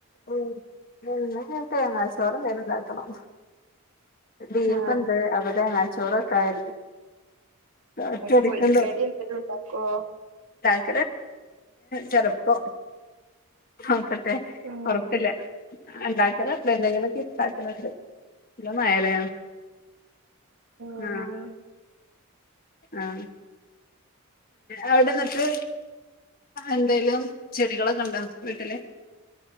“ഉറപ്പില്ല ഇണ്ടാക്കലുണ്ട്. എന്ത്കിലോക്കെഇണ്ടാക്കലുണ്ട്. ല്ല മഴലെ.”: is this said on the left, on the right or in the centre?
Left